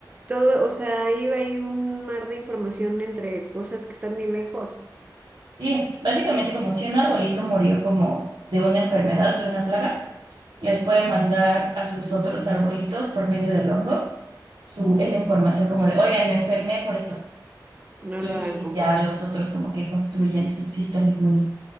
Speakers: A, on the right; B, on the right.
A: todo, o sea, ahí hay un mar de información entre cosas que están bien lejos.
B: Sí, básicamente como si un arbolito murió como de una enfermedad, de una plaga, les pueden mandar a sus otros arbolitos por medio del hongo su, esa información como de, oigan, me enfermé por esto.
A: No
B: Y
A: lo hagan, compas.
B: ya los otros como que construyen su sistema inmune.